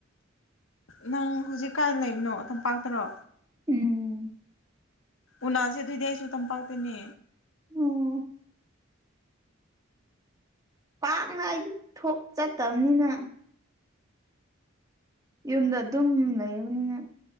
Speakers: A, on the left (about 75°); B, on the right (about 20°).
A: ꯅꯪ ꯍꯧꯖꯤꯛ ꯀꯥꯏ ꯂꯩꯕꯅꯣ ꯇꯝꯄꯥꯛꯇꯔꯣ
B: ꯎꯝ
A: ꯎꯅꯥꯁꯦ ꯑꯗꯨꯏꯗꯤ ꯑꯩꯁꯨ ꯇꯝꯄꯥꯛꯇꯅꯦ
B: ꯎꯝ ꯄꯥꯛꯅꯥꯏꯗꯤ ꯊꯣꯛ ꯆꯠꯇꯕꯅꯤꯅ ꯌꯨꯝꯗ ꯑꯗꯨꯝ ꯂꯩꯔꯕꯅꯤꯅ